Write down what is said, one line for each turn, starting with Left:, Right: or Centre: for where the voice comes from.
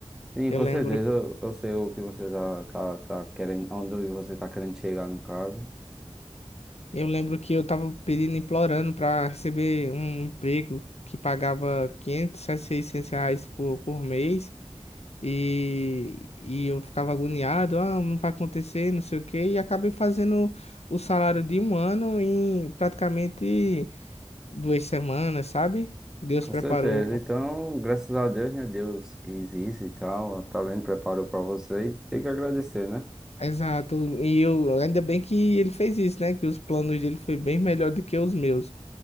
Centre: Sim,
Left: Eu
Centre: com
Left: lembro
Centre: certeza, eu, eu sei o que você tá, tá, tá querendo, onde você tá querendo chegar no caso.
Left: Eu lembro que eu tava pedindo, implorando pra receber um emprego que pagava 500, a 600 reais por, por mês e, e eu ficava agoniado, ah, não vai acontecer, não sei o quê, e acabei fazendo o salário de um ano em praticamente duas semanas, sabe? Deus
Centre: Com
Left: preparou.
Centre: certeza. Então, graças a Deus, né? Deus quis isso e tal, tá vendo, preparou pra você e tem que agradecer, né?
Left: Exato, e eu ainda bem que ele fez isso, né? Que os planos dele foi bem melhor do que os meus,